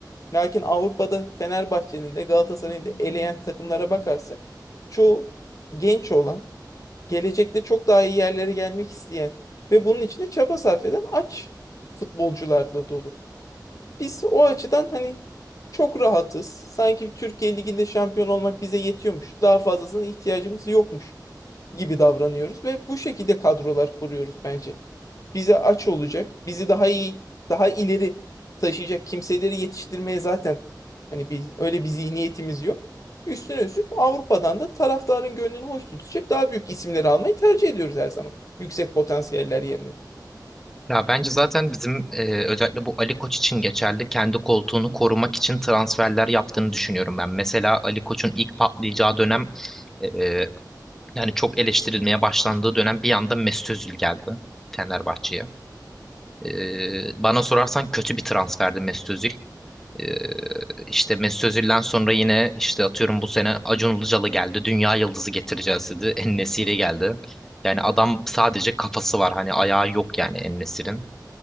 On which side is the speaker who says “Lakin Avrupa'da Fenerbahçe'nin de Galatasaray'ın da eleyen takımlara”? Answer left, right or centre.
Left